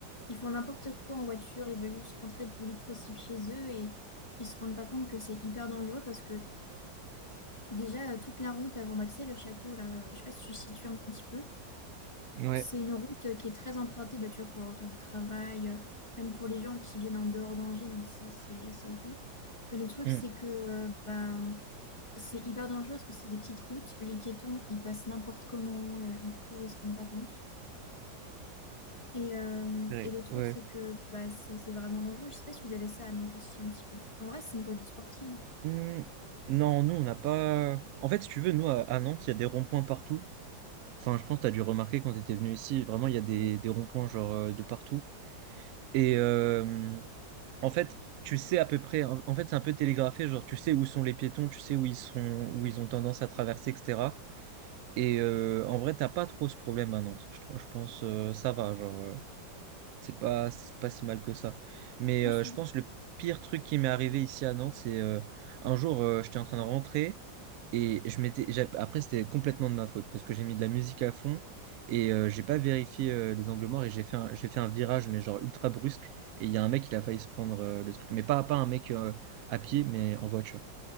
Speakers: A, on the left; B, on the right.
A: ils font n'importe quoi en voiture, ils veulent juste rentrer le plus vite possible chez eux et ils se rendent pas compte que c'est hyper dangereux parce que déjà, euh, toute la route avant, bah, tu sais, le château, là, euh, je sais pas si tu situes un petit peu.
B: Ouais,
A: C'est une route euh, qui est très empruntée, bah, tu vois, pour le retour du travail, euh, même pour les gens qui viennent en dehors d'Angers, donc ça, c'est, c'est OK. Mais le truc,
B: Mm.
A: c'est que euh, bah, c'est hyper dangereux parce que c'est des petites routes. Les piétons, ils passent n'importe comment, euh, ils courent, ils se rendent pas compte. Et, euh,
B: ouais.
A: et le truc,
B: Ouais.
A: c'est que bah, c'est c'est vraiment dangereux. Je sais pas si vous avez ça à Nantes aussi un petit peu. En vrai, c'est une conduite sportive. hein.
B: Hmm, Non, nous, on n'a pas. En fait, si tu veux, nous, à, à Nantes, il y a des ronds-points partout. Enfin, je pense que tu dû remarquer quand tu étais venu ici, vraiment, il y a des,
A: Oui.
B: des ronds-points, genre, euh, de partout. Et euh, en fait, tu sais à peu près. En en fait, c'est un peu télégraphé, genre, tu sais où sont les piétons, tu sais où ils sont, où ils ont tendance à traverser, etc. Et euh, en vrai, t'as pas trop ce problème à Nantes. Je, tr- je pense euh, ça va, genre euh, c'est pas c'est pas si mal que ça. Mais
A: Moi,
B: euh,
A: je trouve.
B: je pense le pire truc qui m'est arrivé ici à Nantes, c'est euh, un jour euh, j'étais en train de rentrer et je m'étais j'a- après c'était complètement de ma faute parce que j'ai mis de la musique à fond et euh, j'ai pas vérifié euh, les angles morts et j'ai fait un, j'ai fait un virage mais genre ultra brusque et il y a un mec il a failli se prendre euh, le truc mais pas pas un mec euh, à pied mais en voiture.